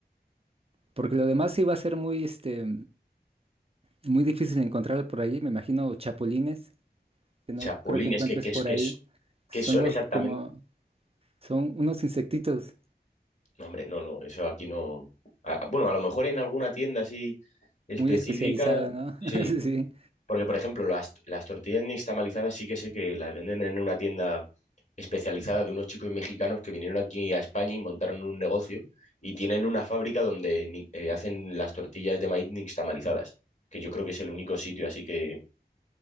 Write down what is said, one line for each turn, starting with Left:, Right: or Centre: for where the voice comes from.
Right: Porque lo demás sí va a ser muy, este, muy difícil encontrar por allí. Me imagino chapulines, que no
Left: chapulines
Right: creo que encuentres
Left: es que, ¿qué,
Right: por
Left: es, qué
Right: ahí.
Left: es- qué
Right: Son
Left: son
Right: los
Left: exactamente?
Right: como... Son unos insectitos
Left: No, hombre, no, no, eso aquí no. Ah, bueno, a lo mejor en alguna tienda así específica,
Right: muy especializados, ¿no?
Left: sí.
Right: <laughs> Sí, sí.
Left: Porque, por ejemplo, las, las tortillas nixtamalizadas sí que sé que las venden en una tienda especializada de unos chicos mexicanos que vinieron aquí a España y montaron un negocio y tienen una fábrica donde ni- eh, hacen las tortillas de maíz nixtamalizadas, que yo creo que es el único sitio así que,